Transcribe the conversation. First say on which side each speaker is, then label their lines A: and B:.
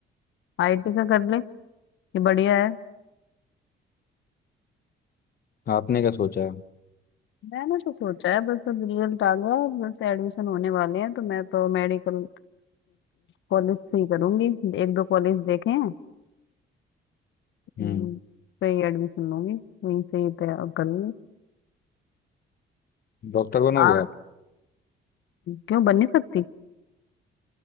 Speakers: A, on the left (about 75°); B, on the left (about 50°).
A: आईटी का कर ले ये बढ़िया है
B: आपने क्या सोचा है
A: मैंने तो सोचा है बस अब रिजल्ट आ गया है, बस एडमिशन होने वाले हैं तो मैं तो मेडिकल कॉलेज से ही करूंगी एक दो कॉलेज देखे हैं
B: हम्म
A: हम्म, सही एडमिशन लूंगी वहीं से ही तय करूंगी
B: डॉक्टर बनोगे
A: हाँ
B: आप
A: क्यों बन नहीं सकती